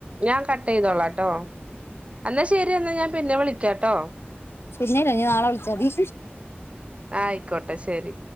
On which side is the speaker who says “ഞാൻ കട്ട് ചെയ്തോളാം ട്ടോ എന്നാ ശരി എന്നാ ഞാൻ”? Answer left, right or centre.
Right